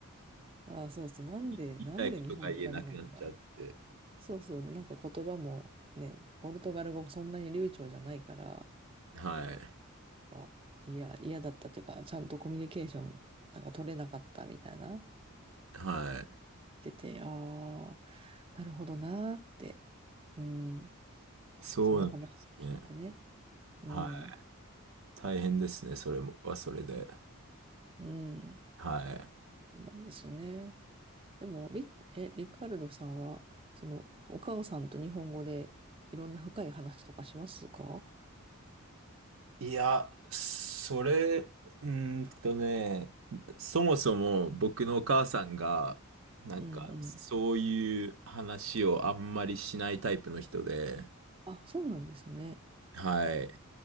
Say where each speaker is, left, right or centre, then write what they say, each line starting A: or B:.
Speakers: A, on the right (about 25°); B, on the right (about 65°).
A: <laughs> ああ、そうそう。なんで、
B: い言いたいことが言えなくなっちゃって。
A: なんで日本語ダメなんだろう。そうそうで、なんか言葉もね、ポルトガル語そんなに流暢じゃないから、
B: はい。
A: あいや、嫌だったっていうか、ちゃんとコミュニケーションなんか取れなかったみたいな、
B: はい。
A: 出て、ああ、なるほどなーって、うん、
B: そうなんですね。
A: その話聞いてね。うん、
B: はい。大変ですね。それも、はそれで。
A: うん、
B: はい。
A: そうなんですよね。でも、リ、え、リカルドさんは、その、お母さんと日本語でいろんな深い話とかしますか
B: いや、それ、うーんとね、そもそも僕のお母さんが、なんか、
A: うんうん。
B: そういう話をあんまりしないタイプの人で、
A: あ、そうなんですね。
B: はい。